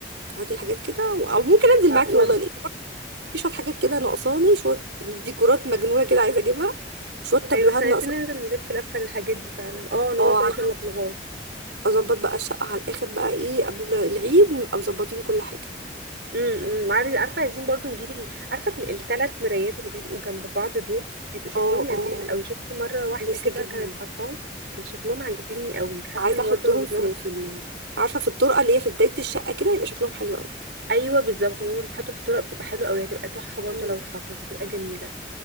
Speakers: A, on the right; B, on the right.
A: هاتي الحاجات كده و- او ممكن انزل
B: و...
A: معاكي
B: و...
A: والله لان برضه في شويه حاجات كده ناقصاني شويه ديكورات مجنونه كده عايزه اجيبها وشويه تابلوهات
B: ايوه احنا عايزين
A: ناقصه
B: ننزل نلف لفه للحاجات دي فعلا اه انا
A: اه
B: برضو عايزه
A: عشان
B: تابلوهات
A: اظبط بقى الشقه على الاخر بقى ايه قبل العيد نبقى مظبطين كل حاجه
B: امم عارف عارفه عايزين برضو نجيب ال... عارفه الثلاث مرايات اللي بيبقوا جنب بعض دول بيبقوا شكلهم
A: اه
B: لذيذ
A: اه اه
B: قوي شفت مره واحده
A: نفسي
B: كده
A: اجيبهم
B: كانت حطاهم كان شكلهم عاجبني قوي حاسه
A: عايزه
B: ان
A: احطهم
B: برضو لو جبناهم
A: في
B: في...
A: في ال... عارفه في الطرقه اللي هي في بدايه الشقه كده يبقى شكلهم حلو قوي
B: ايوه بالظبط هما بيتحطوا في الطرق بتبقى حلوه قوي هتبقى تحفه برضو
A: مم.
B: لو اتحطت هتبقى جميله